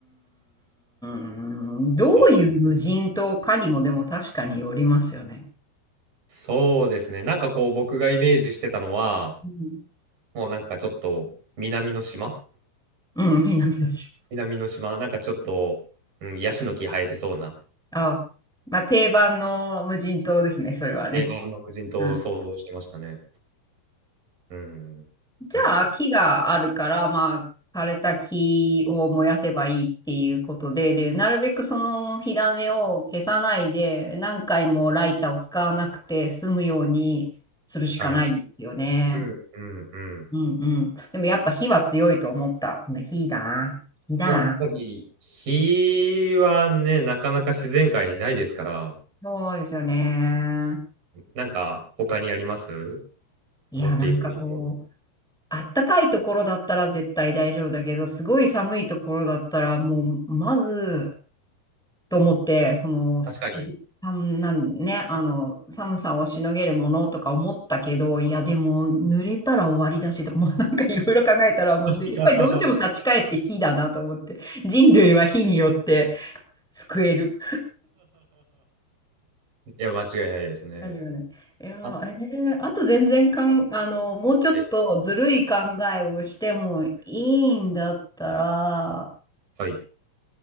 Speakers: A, in the centre; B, on the right.
A: んどういう無人島かにもでも確かによりますよね。
B: そうだそうですね、なんかこう、僕がイメージしてたのは、
A: うん。
B: もうなんかちょっと南の島、
A: うん、南の島。
B: 南の島、なんかちょっと、うん、ヤシの木生えてそうな
A: ああ。まあ、定番の無人島ですね、それはね。
B: 定番の無人島を想像してましたね。
A: うん。
B: うん、
A: じゃあ、
B: なんか、
A: 木があるから、まあ、枯れた木を燃やせばいいっていうことで、で、なるべくその火種を消さないで、何回もライターを使わなくて済むようにするしかないんですよね。
B: はい。うんうんうん。
A: うんうん。でもやっぱ火は強いと思った。ね火だな。火だな。
B: やっぱり火はね、なかなか自然界にないですから、
A: そうですよね。
B: なんか他にあります
A: いや、
B: 持っていくべきもの。
A: なんかこう、あったかいところだったら絶対大丈夫だけど、すごい寒いところだったら、もう、まず、と思って、その、
B: 確かに。
A: すさんなんね、あの、寒さをしのげるものとか思ったけど、いや、でも、濡れたら終わりだしとか、<laughs> もうなんかいろいろ考えたら、もう、
B: <laughs>
A: でやっぱりどうしても立ち返って火だなと思って、人類は火によって救える。
B: いや、間違いないですね。
A: 感じがね。いやー、
B: あ、
A: えーあと全然かん、あの、もうちょっとずるい考えをしてもいいんだったら、
B: はい。はい。